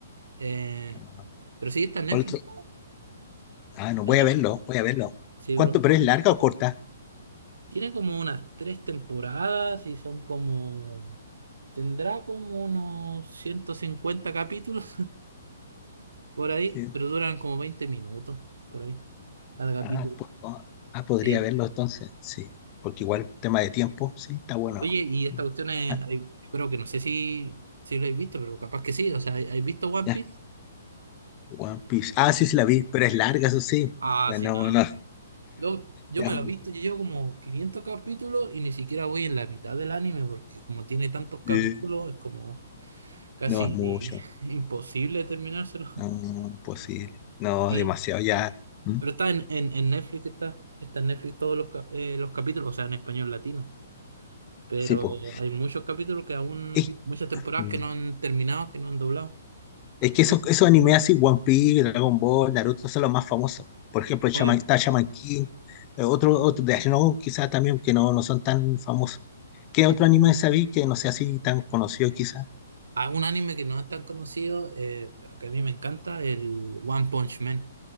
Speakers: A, on the right; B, on the left.
A: Eh,
B: No.
A: pero sí, está en Netflix.
B: ¿Cuál otro? Ah, no,
A: en
B: voy
A: Netflix,
B: a verlo, voy a verlo.
A: Sí,
B: ¿Cuánto?
A: bro.
B: ¿Pero es larga o corta?
A: Tiene como unas tres temporadas y son como. Tendrá como unos 150 capítulos por ahí,
B: Sí.
A: pero duran como 20 minutos por ahí, cada capítulo.
B: Ah, po- oh, ah, podría
A: Sí.
B: verlo entonces. Sí, porque igual tema de tiempo, sí, está bueno.
A: Oye, y esta cuestión es,
B: Ah,
A: hay- yo creo que no sé si, si lo habéis visto, pero capaz que sí. O sea, ¿hay- ¿habéis visto One
B: ya.
A: Piece?
B: One Piece. Ah, sí, sí la vi, pero es larga, eso sí.
A: Ah,
B: Ya
A: sí,
B: No,
A: no.
B: no,
A: Yo, yo
B: ya,
A: me lo he visto, yo llevo como 500 capítulos y ni siquiera voy en la mitad del anime, porque como tiene tantos capítulos,
B: eh,
A: es como casi
B: no es mucho.
A: <laughs> imposible terminárselo.
B: No, no es posible. No,
A: Y,
B: es demasiado ya. ¿Mm?
A: pero está en, en, en Netflix, está, está en Netflix todos los, cap- eh, los capítulos, o sea, en español latino. Pero
B: Sí, pues.
A: hay muchos capítulos que aún,
B: Es,
A: muchas temporadas
B: mm,
A: que no han terminado, que no han doblado.
B: es que esos, esos animes así, One Piece, Dragon Ball, Naruto, son los más famosos. Por ejemplo, Shaman,
A: Obvio.
B: está Shaman King, eh, otro, otro de no, quizás también, que no, no son tan famosos. ¿Qué otro anime sabí que no sea así tan conocido, quizás?
A: a un anime que no es tan conocido, eh, pero que a mí me encanta, el One Punch Man.